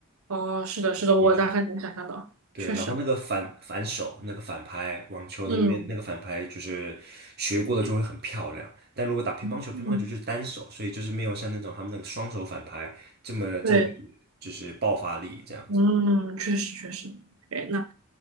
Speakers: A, on the right; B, on the right.
A: 哦，是的，是的，我大概能想象到，
B: 网球对，
A: 确实，
B: 然后那个反反手那个反拍，网球的那边那个反拍就是学过了就会很漂亮，
A: 嗯
B: 但如果打乒乓球，
A: 嗯，
B: 乒乓球就是单手，所以就是没有像那种他们那个双手反拍这么这么的就是爆发力这样子。
A: 对，嗯，确实确实。哎，那